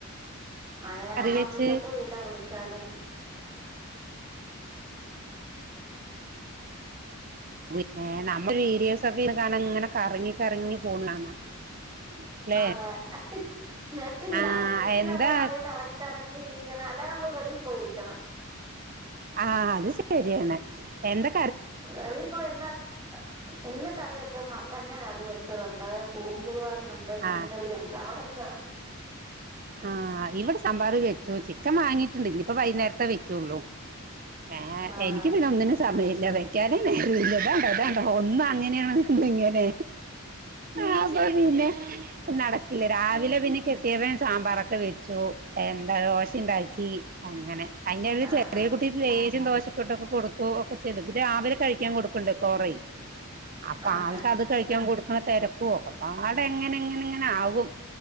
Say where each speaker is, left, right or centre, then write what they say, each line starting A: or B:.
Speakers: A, on the right; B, on the right.
A: മഴയാവുമ്പോം
B: കറി വെച്ച്
A: കിട്ടത്തുവില്ല വിളിച്ചാലും.
B: പിന്നെ നമ്മൾ വീഡിയോസ്ക്കെ ഇന്ന് കാണാൻ ഇങ്ങനെ കറങ്ങി കറങ്ങി പോന്ന കാണാം അല്ലേ
A: അതെ നെറ്റില്ല
B: ആ
A: നെറ്റില്ലാത്ത
B: എന്താ
A: കറങ്ങി ഇറങ്ങി ഇങ്ങനെ അല്ലെ നമ്മള് വെളിയില് പോയിരിക്കണം
B: ആഹ് അത് ശരിയാണ് എന്തൊ
A: എവിടെ പോയിരുന്നെ ഇന്ന് കറി വെച്ചത് മത്തങ്ങ കറി വെച്ചതുണ്ട് കൂമ്പ് ഉണ്ട് മീൻകറി
B: ആ
A: ഉണ്ട് അവടെ എന്താ
B: ആഹ് ഇവിടെ സാമ്പാറ് വെച്ചു ചിക്കൻ വാങ്ങിട്ടുണ്ട്, ഇനി ഇപ്പൊ വൈകുന്നേരത്തെേ വെക്കോള്ളൂ. ഏഹ്
A: ആഹാ
B: എനിക്ക് പിന്നെ ഒന്നിനും സമയവില്ല വെക്കാന നേരില്ല ഇതാണ്ട ഒന്ന അങ്ങനെയാണെ ഇങ്ങനെ ആപ്പ പിന്നെ നടക്കില്ലേ രാവിലെ പിന്നെ കെട്ടിയവൻ സാമ്പാറൊക്കെ വെച്ചു എന്താ ദോശ ഉണ്ടാക്കി അങ്ങനെ അയിന്
A: ആഹാ
B: ചെറിയ കുട്ടി ലേശം ദോശ ട്ടൊക്കെ കൊടുത്തു ഒക്കെ ചെയ്തു പിന്നെ രാവിലെ കഴിക്കാൻ കൊടുക്കുണ്ട് കൊറെ അപ്പൊ
A: ആഹാ
B: ആൾക്കത് കഴി കൊടുക്കുന്ന തിരക്കുവോ ഒക്കെ പാട് എങ്ങനെ എങ്ങനെ എങ്ങനെ ആകും